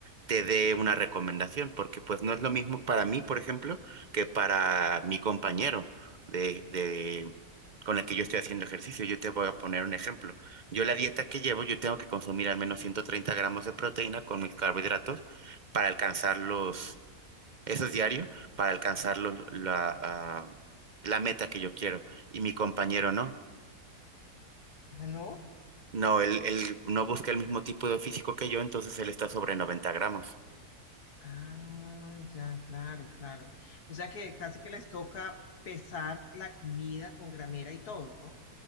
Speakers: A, on the right (about 40°); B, on the left (about 80°).
A: te dé una recomendación, porque pues no es lo mismo para mí, por ejemplo, que para mi compañero de, de con el que yo estoy haciendo ejercicio. Yo te voy a poner un ejemplo. Yo la dieta que llevo, yo tengo que consumir al menos 130 gramos de proteína con mis carbohidratos para alcanzar los eso es diario para alcanzar lo- la, ah, la meta que yo quiero. Y mi compañero no.
B: Ah, no.
A: No, él, él no busca el mismo tipo de físico que yo, entonces él está sobre 90 gramos.
B: Ah, ya, claro, claro. O sea que casi que les toca pesar la comida con gramera y todo, ¿no?